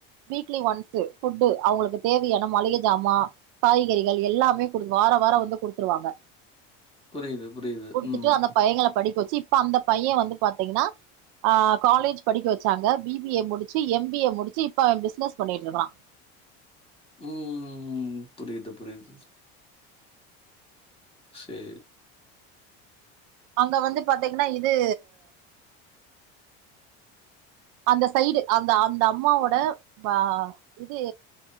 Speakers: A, on the right (about 65°); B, on the left (about 15°).
A: வீக்லி ஒன்ஸு ஃபுட்டு அவங்களுக்கு தேவயான மளிக ஜாமா காய்கறிகள் எல்லாமே குடுது வாரொ வார வந்து குடுத்துருவாங்க
B: புரிது புரிது
A: குடுத்துட்டு
B: ம்
A: அந்த பையங்கள படிக்க வச்சு இப்ப அந்த பைய வந்து பாத்தீங்கன்னா ஆ காலேஜ் படிக்க வச்சாங்க பி பி ஏ முடிச்சு எம் பி ஏ முடிச்சு இப்ப அவெ பிசினஸ் பண்ணிட்டுருக்கறா
B: ம் ம் ம் புரிது புரிது சேரி
A: அங்க வந்து பாத்தீங்கன்னா இது அந்த சைடு அந்த அந்த அம்மாவோட ப இது